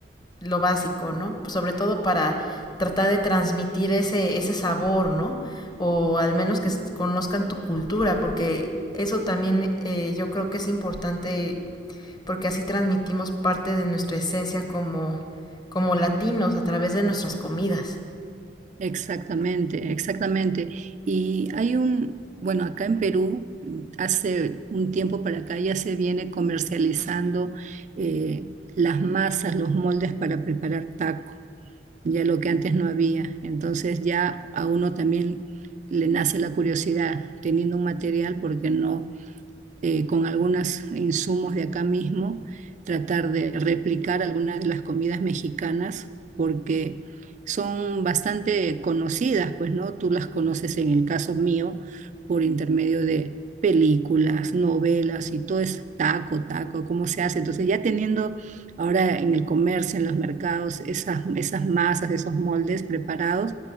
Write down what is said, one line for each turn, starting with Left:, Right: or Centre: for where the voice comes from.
Left: lo básico, ¿no? Pues sobre todo para tratar de transmitir ese, ese sabor, ¿no? O al menos que se- conozcan tu cultura, porque eso también eh, yo creo que es importante porque así transmitimos parte de nuestra esencia como, como latinos a través de nuestras comidas.
Right: Exactamente, exactamente. Y hay un, bueno, acá en Perú, mm, hace un tiempo para acá ya se viene comercializando eh, las masas, los moldes para preparar taco, ya lo que antes no había. Entonces ya a uno también le nace la curiosidad, teniendo un material, porque no eh, con algunos insumos de acá mismo, tratar de replicar algunas de las comidas mexicanas, porque son bastante conocidas, pues, ¿no? Tú las conoces en el caso mío por intermedio de películas, novelas y todo es taco, taco, cómo se hace. Entonces ya teniendo ahora en el comercio, en los mercados, esas, esas masas, esos moldes preparados,